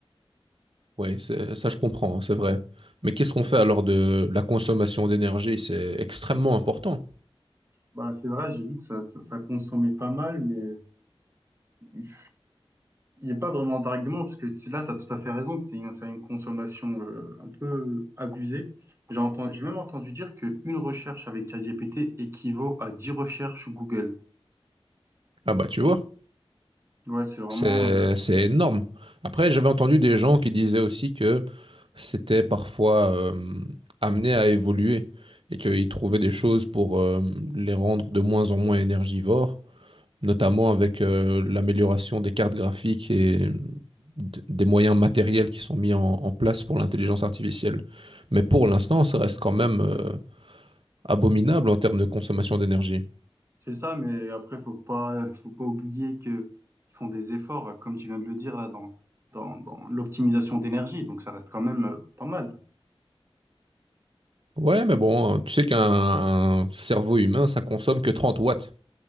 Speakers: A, on the right; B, on the right.
A: Oui, c'est- ça je comprends, hein, c'est vrai. Mais qu'est-ce qu'on fait alors de la consommation d'énergie? C'est extrêmement important.
B: Bah, c'est vrai, j'ai vu que ça, ça, ça consommait pas mal, mais il n'y a pas vraiment d'argument, parce que tu- là, tu as tout à fait raison, c'est une, c'est une consommation euh, un peu abusée. J'ai entendu, j'ai même entendu dire qu'une recherche avec ChatGPT équivaut à 10 recherches Google.
A: Ah bah tu vois,
B: Ouais, c'est vraiment,
A: c'est
B: euh,
A: c'est énorme. Après,
B: c'est
A: j'avais entendu des gens qui disaient aussi que s'étaient parfois euh, amenés à évoluer et qu'ils trouvaient des choses pour euh, les rendre de moins en moins énergivores, notamment avec euh, l'amélioration des cartes graphiques et mmh, d- des moyens matériels qui sont mis en, en place pour l'intelligence artificielle. Mais pour l'instant, ça reste quand même euh, abominable en termes de consommation d'énergie.
B: c'est ça, mais après, faut pas, faut pas oublier que ils font des efforts, comme tu viens de le dire, là, dans, dans, dans l'optimisation d'énergie, donc ça reste quand même euh, pas mal.
A: Ouais, mais bon, hein, tu sais qu'un un cerveau humain, ça consomme que 30 watts.